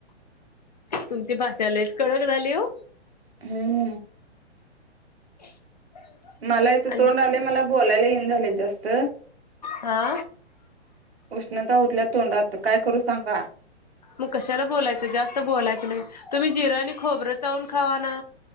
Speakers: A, on the left; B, on the right.
A: तुमची भाषा लयच कडक झाली ओ.
B: हम्म.
A: <inaudible>
B: मला इथं
A: आणि
B: तोंड आलयं मला बोलायला ईना झालयं जास्त.
A: हा.
B: उष्णता उठलिया तोंडात काय करू सांगा.
A: मग कशाला बोलायचं जास्त बोलायच नाही तुम्ही जिरं आणि खोबरं चावून खावा ना.